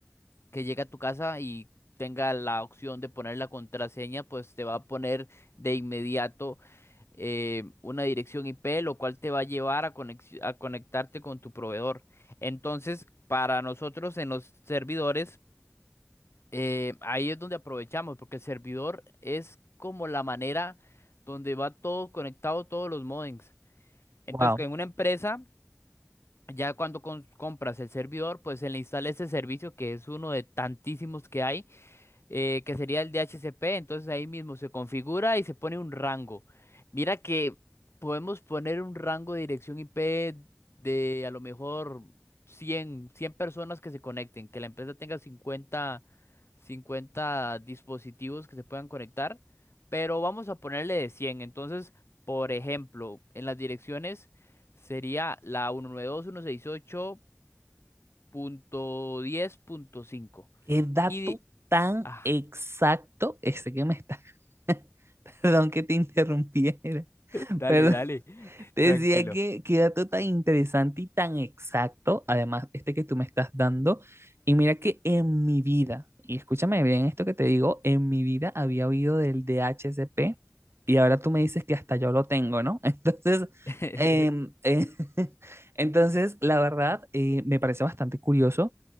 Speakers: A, on the left; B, on the right.
A: que llega a tu casa y tenga la opción de poner la contraseña, pues te va a poner de inmediato eh, una dirección IP, lo cual te va a llevar a, conex- a conectarte con tu proveedor. Entonces, para nosotros en los servidores, eh, ahí es donde aprovechamos, porque el servidor es como la manera donde va todo conectado, todos los modems. Entonces,
B: Wow,
A: en una empresa, ya cuando cons- compras el servidor, pues se le instala ese servicio que es uno de tantísimos que hay eh, que sería el DHCP, entonces ahí mismo se configura y se pone un rango. Mira que podemos poner un rango de dirección IP de a lo mejor cien cien personas que se conecten, que la empresa tenga cincuenta cincuenta dispositivos que se puedan conectar, pero vamos a ponerle de cien Entonces, por ejemplo, en las direcciones sería la 192.168.10.5. Y, dos punto ciento sesenta y ocho punto diez punto cinco.
B: qué dato
A: Y, di-
B: tan
A: ah,
B: exacto ese que me está. <laughs> Perdón que te interrumpiera. <laughs>
A: dale,
B: Perdón.
A: dale.
B: Te
A: Tranquilo.
B: decía que qué dato tan interesante y tan exacto, además este que tú me estás dando. Y mira que en mi vida, y escúchame bien esto que te digo, en mi vida había oído del DHCP y ahora tú me dices que hasta yo lo tengo, ¿no? <laughs> Entonces,
A: <laughs>
B: em, eh, <laughs> entonces la verdad, eh, me parece bastante curioso